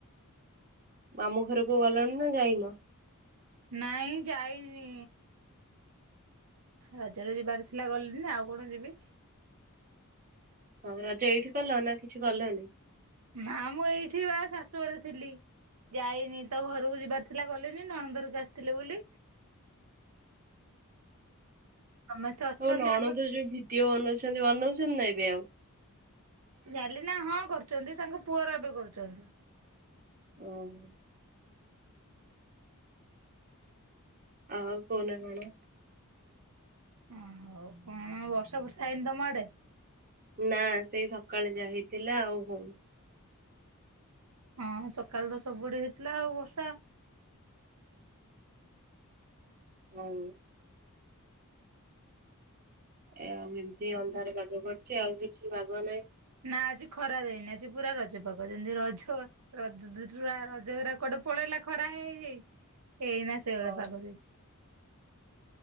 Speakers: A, on the right; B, on the right.
A: ମାମୁ ଘରକୁ ଗଲଣି ନା ଯାଇନ?
B: ନାଇଁ ଯାଇନି ରଜରେ ଯିବାର ଥିଲା ଗଲିନି ନା ଆଉ କଣ ଯିବି?
A: ହଉ ରଜ ଏଇଠି କଲ ନା କିଛି କଲନି?
B: ନା ମୁଁ ଏଇଠି ବା ଶାଶୁଘରେ ଥିଲି ଯାଇନି ତ ଘରକୁ ଯିବାର ଥିଲା ଗଲିନି ନଣନ୍ଦ ଘରିକା ଆସିଥିଲେ ବୋଲି ସମସ୍ତେ ଅଛନ୍ତି
A: ହଉ ନଣନ୍ଦ
B: ଆମେ
A: ଯୋଉ ଭିତିଓ ବନଉଛନ୍ତି ବନ ନା ଏବେ ଆଉ
B: ଜାଣିଲେ ନା ହଁ କରୁଛନ୍ତି ତାଙ୍କ ପୁଅର ଏବେ କରୁଛନ୍ତି।
A: ଓହୋଃ! ଆଉ କୁହନା କଣ?
B: <unintelligible> ହଉ କଣ ବର୍ଷା ଫର୍ଷା ହେଇନି ତମ ଆଡେ?
A: ନା ସେଇ ସକାଳେ ଯା ହେଇ ଥିଲା ଆଉ ହଉ
B: ହଁ ସକାଳେ ତ ସବୁଆଡେ ହେଇଥିଲା ଆଉ ବର୍ଷା
A: ହୁଁ। ଏ ମିନ୍ତି ଅନ୍ଧାରେ ପାଗ କରଛି ଆଉ କିଛି ବାଗ ନାହିଁ
B: ନା ଆଜି ଖରା ଦେଇନି ଆଜି ପୁରା ରଜ ପାଗ ଯେମିତି ରଜ <unintelligible> ରଜ ଗୁଡା କୁଆଡେ ପଳେଇଲା ଖରା ହେଇ ହେଇ ଏଇନା ସେଇ
A: ହଁ।
B: ଭଳିଆ ପାଗ ଦେଇଚି।